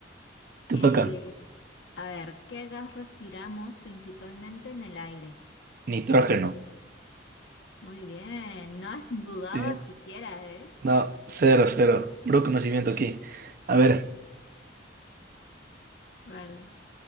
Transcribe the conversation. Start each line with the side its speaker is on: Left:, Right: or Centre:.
Right: Te
Left: Eh,
Right: toca
Left: a ver, ¿qué gas respiramos principalmente en el aire?
Right: nitrógeno.
Left: Muy bien, no has dudado
Right: Sí.
Left: siquiera, ¿eh?
Right: No, cero, cero. Puro conocimiento aquí. A ver,
Left: Vale,